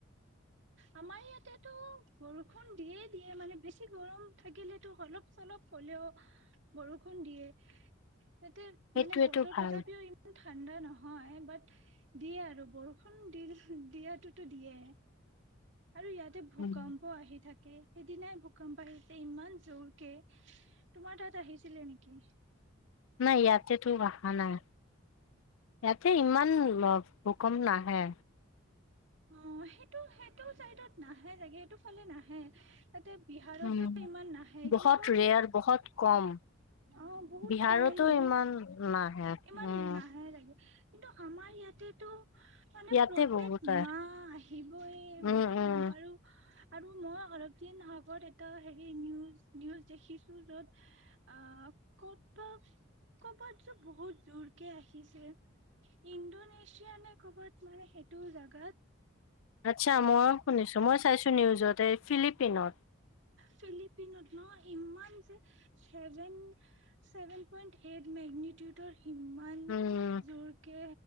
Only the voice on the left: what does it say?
সেইটোৱেতো
ভাল
উম।
নাই ইয়াতেতো অহা নাই ইয়াতে ইমান ভূকম্প নাহে
উম
বহুত
ৰেয়াৰ বহুত কম।
বিহাৰতো
ইমান নাহে
উম
ইয়াতে
বহুত আহে
উম
উম।
আচ্ছা মই শুনিছো মই চাইছোঁ নিউজতে ফিলিপিনত
উম